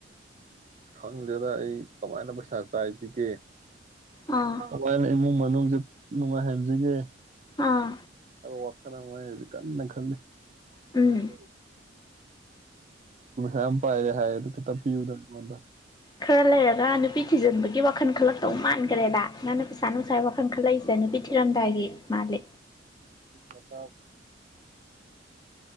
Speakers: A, on the right; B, on the left.
A: ꯈꯪꯗꯦꯗ ꯑꯩ ꯀꯃꯥꯏꯅ ꯄꯩꯁꯁꯥꯏꯁꯤ ꯀꯦ
B: ꯑꯥ
A: ꯃ ꯃ ꯃꯅꯨꯡꯁ ꯅꯨꯡꯉꯥꯏꯍꯟꯁꯤꯒꯦ
B: ꯑꯥ
A: ꯋꯥꯈꯜ ꯑꯃꯁꯤ ꯀꯟꯅ ꯈꯜꯂꯤ
B: ꯎꯝ
A: ꯎ ꯑ ꯄꯔ ꯍꯥꯏ ꯑꯗꯨ ꯀꯇ ꯄꯤ ꯎꯗ ꯃ
B: ꯈꯔ ꯂꯩꯔꯒ ꯅꯨꯄꯤ ꯊꯤꯖꯤꯟꯕꯒꯤ ꯋꯥꯈꯜ ꯈꯜꯂꯛꯇꯧ ꯃꯥꯟꯈ꯭ꯔꯦꯗ ꯅꯪ ꯄꯩꯁꯥ ꯅꯨꯡꯁꯥ ꯋꯥꯈꯜ ꯈꯜꯂꯛꯏꯦ ꯏ ꯅꯨꯄꯤ ꯊꯤꯜꯔꯂꯝꯝꯗꯥꯏꯒꯤ ꯃꯥꯜꯂꯤ
A: ꯃꯁ